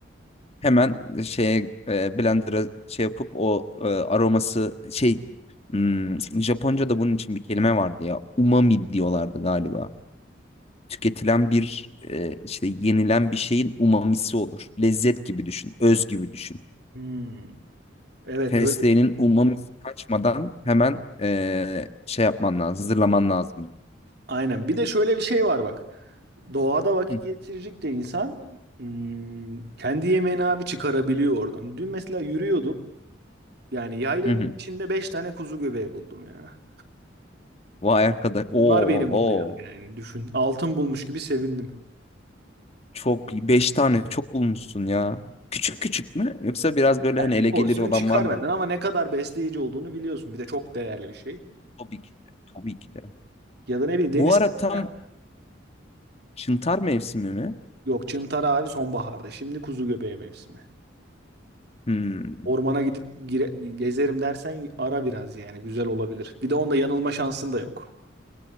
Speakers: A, on the left; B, on the right.
A: Hemen şeye e, blender'a şey yapıp o e, aroması şey hmm, Japonca'da bunun için bir kelime vardı ya. Umami diyorlardı galiba. Tüketilen bir e, işte yenilen bir şeyin umamisi olur. Lezzet gibi düşün, öz gibi düşün.
B: Hmm. Evet
A: Fesleğinin
B: öyle.
A: ummamisi kaçmadan hemen eee, şey yapman lazım, hazırlaman lazım diyor.
B: Aynen. Bir de şöyle bir şey var bak. Doğada vakit
A: Hı
B: geçirecek de insan hmm, kendi yemeğini abi çıkarabiliyor oradan. Dün mesela yürüyordum. Yani yaylanın
A: hı. hı.
B: içinde 5 tane kuzu göbeği buldum ya.
A: Vay arkadaş. Oo,
B: Onlar beni buldu
A: oo.
B: ya yani düşün. Altın bulmuş gibi sevindim.
A: Çok beş tane çok bulmuşsun ya. Küçük
B: Yani,
A: küçük mü? Yoksa biraz böyle
B: yani
A: hani
B: bir
A: ele
B: porsiyon
A: gelir olan
B: çıkar
A: var mı?
B: benden ama ne kadar besleyici olduğunu biliyorsun. Bir de çok değerli bir şey.
A: Tabii ki de. Tabii ki de.
B: Ya da ne bileyim deniz
A: Bu ara
B: kenarı.
A: tam çıntar mevsimi mi?
B: Yok çıntar abi sonbaharda. Şimdi kuzu göbeği mevsimi.
A: Hmm.
B: Ormana gidip gire- gezerim dersen ara biraz yani güzel olabilir. Bir de onda yanılma şansın da yok.